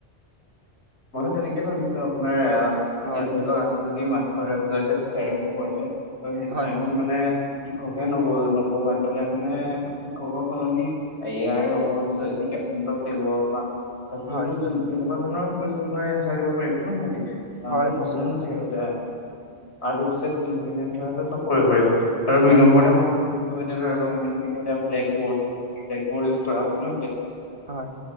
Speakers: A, on the left; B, on the right.
A: মইতো তেনেকেইে ভাবিছো আপোনাৰ আ এতিয়া
B: হয়
A: ধৰি লওক আমি যদি মা ৰে বুজাইছে তি চাৰে পোহাইছে। ত সেইটো
B: হয়
A: টাইমত
B: হয়
A: মানে শিক্ষকে নব নপঢ়াই পেনে শিক্ষকৰ সলনি এয়াৰ ৰবত ছে শিক্ষা দিব বা <unintelligible>
B: হয়
A: ন ক? ফোন কৰি এঞ্চাৰ দিব পাৰিব ন হেটি। হাৰ্ডৰ
B: হয়
A: প্ৰব্লেম
B: নিশ্চয়
A: নাথাকে
B: নিশ্চয়
A: তাতে। আৰ্টিফিচিয়েল ইন্টেলিজেঞ্চৰ চব কৰিব পাৰিব। আৰু দুই
B: হয়
A: নম্বৰতে
B: হয়
A: মই ভাবিলো ইত ধৰি কম আমি ব্লেকবোৰ্ড ব্লেকবৰ্ড উইছ কৰা হয় ন
B: হয়